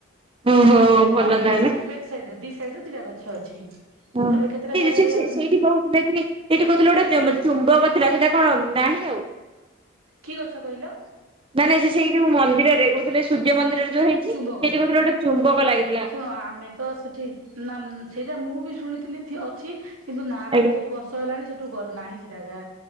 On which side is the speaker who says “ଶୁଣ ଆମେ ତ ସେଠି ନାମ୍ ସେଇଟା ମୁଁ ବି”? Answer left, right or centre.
Right